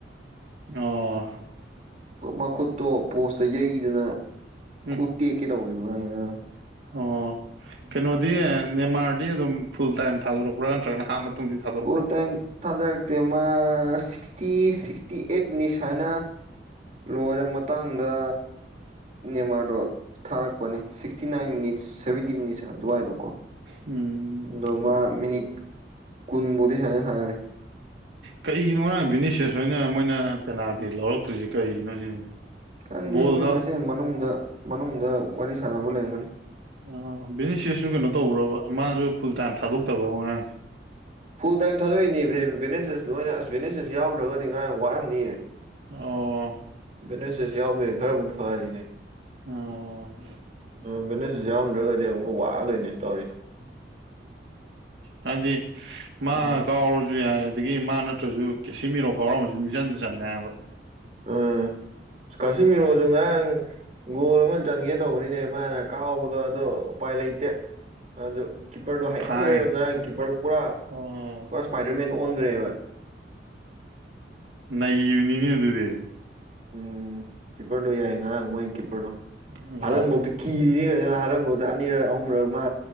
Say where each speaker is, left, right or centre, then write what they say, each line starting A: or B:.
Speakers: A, on the right; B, on the right.
A: ꯑꯣ
B: ꯃꯈꯨꯠꯇꯣ ꯄꯣꯁꯇ ꯌꯩꯗꯅ
A: ꯎꯝ
B: ꯈꯨ ꯇꯦꯛꯀꯦ ꯇꯧꯕꯅꯦꯕ ꯑꯩꯅ
A: ꯑꯣ ꯀꯩꯅꯣꯗꯤ ꯅꯦꯃꯥꯔꯗꯤ ꯑꯗꯨꯝ ꯐꯨꯜ ꯇꯥꯏꯝ ꯊꯥꯗꯣꯔꯛꯄ꯭ꯔꯥ ꯅꯠꯇ꯭ꯔꯒꯅ ꯍꯥꯞ ꯃꯇꯨꯡꯗꯤ ꯊꯥꯗꯣꯔꯛꯄ꯭ꯔꯥ
B: ꯄꯣꯔ ꯇꯥꯏꯝ ꯊꯥꯗꯔꯛꯇꯦ ꯃꯥ ꯁꯤꯛꯁꯇꯤ ꯁꯤꯛꯁꯇꯤ ꯑꯩꯠ ꯃꯤꯅꯤꯠ ꯁ ꯍꯥꯏꯅ ꯂꯣꯏꯔ ꯃꯇꯥꯡꯗ ꯃꯦꯟꯃꯥꯔꯗꯣ ꯊꯥꯔꯛꯄꯅꯦ sixty nine minutes seventy minutes ꯑꯗꯨꯋꯥꯏꯗ ꯀꯣ
A: ꯎꯝ
B: ꯑꯗꯨꯣꯃ ꯃꯤꯅꯤꯠ ꯀꯨꯟꯕꯨꯗꯤ ꯁꯥꯟꯅ ꯁꯥꯟꯔꯦ
A: ꯀꯩꯒꯤꯅꯣ ꯉꯔꯥꯡ ꯕꯤꯅꯤꯁꯦꯁꯣꯏꯅ ꯃꯣꯏꯅ ꯄꯦꯅꯥꯜꯇꯤ ꯂꯧꯔꯛꯇ꯭ꯔꯤꯁꯤ ꯀꯩꯒꯤꯅꯣ ꯁꯤꯅꯤ
B: ꯈꯪꯗꯦ
A: ꯕꯣꯜꯗ
B: ꯃꯣꯏ ꯃꯁꯦꯟ ꯃꯅꯨꯡꯗ ꯃꯅꯨꯡꯗ ꯋꯥꯔꯤ ꯁꯥꯟꯅꯕ ꯂꯩꯔꯝꯒꯅꯤ
A: ꯑ ꯕꯤꯖꯤꯁꯦꯁꯨ ꯀꯩꯅꯣ ꯇꯧꯕ꯭ꯔꯕ ꯃꯥꯁꯨ ꯐꯨꯜ ꯇꯥꯏꯝ ꯊꯥꯗꯣꯛꯇꯕ꯭ꯔꯕ ꯑꯉꯥꯡꯁꯦ
B: ꯐꯨꯜ ꯇꯥꯏꯝ ꯊꯥꯗꯣꯛꯏꯅꯦ ꯚꯦꯟꯗꯦꯖꯦꯁ ꯂꯣꯏꯅꯁ ꯚꯦꯟꯗꯦꯖꯦꯁ ꯌꯥꯎꯗ꯭ꯔꯒꯗꯤ ꯉꯔꯥꯡ ꯋꯥꯔꯝꯅꯤꯑꯌꯦ
A: ꯑꯣ
B: ꯕꯦꯅꯦꯁꯦꯁ ꯌꯥꯎꯕꯒꯤ ꯈꯔ ꯑꯃꯨꯛ ꯐꯔꯤꯅꯦ
A: ꯑꯣ
B: ꯎꯝ <unintelligible> ꯌꯥꯎꯔꯝꯗ꯭ꯔꯒꯗꯤ ꯑꯃꯨꯛꯀ ꯋꯥꯗꯣꯏꯅꯦ ꯇꯧꯔꯤꯁꯦ
A: ꯍꯥꯏꯗꯤ ꯃꯥ
B: ꯎꯝ
A: ꯀꯥꯎꯔꯁꯨ ꯌꯥꯏ ꯑꯗꯒꯤ ꯃꯥ ꯅꯠꯇ꯭ꯔꯁꯨ ꯀꯦ ꯁꯤ ꯃꯤꯔꯣꯛ ꯀꯥꯎꯔꯝꯃꯁꯨ ꯃꯤꯆꯟꯗ ꯆꯟꯅꯤ ꯍꯥꯏꯕ
B: ꯎꯝ ꯀꯁꯤ ꯃꯤꯔꯣꯁꯨ ꯉꯔꯥꯡ ꯒꯣꯜ ꯑꯃ ꯆꯟꯒꯦ ꯇꯧꯕꯅꯤꯅꯦ ꯃꯥꯅ ꯀꯥꯎꯕꯗꯣ ꯑꯗꯣ ꯎꯄꯥꯏ ꯂꯩꯇꯦ ꯑꯗꯨ ꯀꯤꯞꯄꯔꯗꯣ ꯍꯥꯏꯩꯃꯟꯈ꯭ꯔꯦꯕ
A: ꯐꯥꯒꯦ
B: ꯉꯔꯥꯡ ꯀꯤꯞꯄꯔꯗꯣ
A: ꯑꯣ
B: ꯄꯨꯔꯥ
A: ꯑꯣ
B: ꯄꯨꯔꯥ ꯏꯁ꯭ꯄꯥꯏꯗꯔ ꯃꯦꯟ ꯑꯣꯟꯈ꯭ꯔꯦꯕ
A: ꯅꯩꯕꯅꯤꯅꯦ ꯑꯗꯨꯗꯤ
B: ꯎꯝ ꯀꯤꯞꯄꯔꯗꯣ ꯌꯥꯏ ꯉꯔꯥꯡ ꯃꯣꯏ ꯀꯤꯞꯄꯔꯗꯣ
A: <unintelligible>
B: ꯍꯥꯜꯟꯐꯧꯗ ꯀꯤꯔꯤꯅꯦ ꯍꯥꯂꯜꯟꯕꯧꯗ ꯑꯅꯤꯔꯛ ꯑꯍꯨꯝꯔꯛ ꯃꯥ